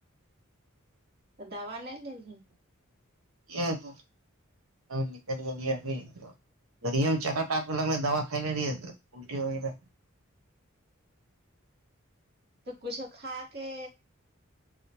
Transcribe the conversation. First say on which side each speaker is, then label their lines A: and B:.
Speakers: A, on the right; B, on the right.
A: تو دوا نہیں لیں
B: یہ تو نکل کے <inaudible> گریا میں چکا ٹپ کر لگ رہے دواھائی لے رہی الٹی ہو ہے <inaudible>
A: تو کچھو کھا کے